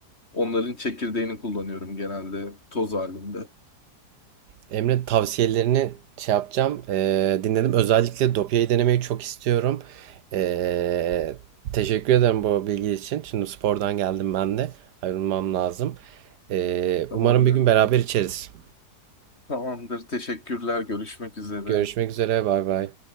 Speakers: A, on the left (about 40°); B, on the right (about 80°).
A: Onların çekirdeğini kullanıyorum genelde toz halinde.
B: Emre tavsiyelerini şey yapacağım. e, dinledim. Özellikle Dopia'yı denemeyi çok istiyorum. E, teşekkür ederim bu bilgi için. Şimdi spordan geldim ben de. Ayrılmam lazım. E,
A: Tamamdır.
B: umarım bir gün beraber içeriz.
A: Tamamdır. Teşekkürler. Görüşmek üzere.
B: Görüşmek üzere. Bay bay.